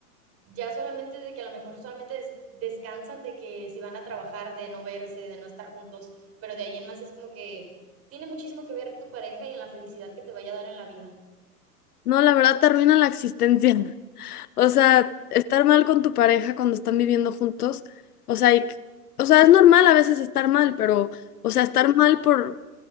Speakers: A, on the right; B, on the left.
A: ya solamente de que a lo mejor solamente des descansan de que si van a trabajar, de no verse, de no estar juntos, pero de ahí en más es como que tiene muchísimo que ver tu pareja y en la felicidad que te vaya a dar en la vida.
B: No, la verdad te arruinan la existencia. <laughs> O sea, estar mal con tu pareja cuando están viviendo juntos, o sea, y- o sea, es normal a veces estar mal, pero, o sea, estar mal por,